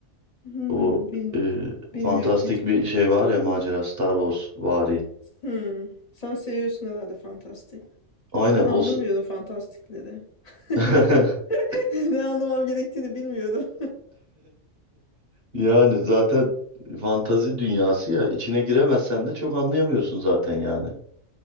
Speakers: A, on the left; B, on the right.
A: Hmm,
B: O
A: bil-
B: e,
A: bilmiyorum
B: fantastik
A: gitmedim.
B: bir şey var ya macera Star Wars vari.
A: Hmm, sen seviyorsun herhalde fantastik.
B: Aynen
A: Ben anlamıyorum
B: o s-
A: fantastikleri. <laughs>
B: <laughs>
A: Ne anlamam gerektiğini bilmiyorum.
B: Yani zaten fantazi dünyası ya içine giremezsen de çok anlayamıyorsun zaten yani.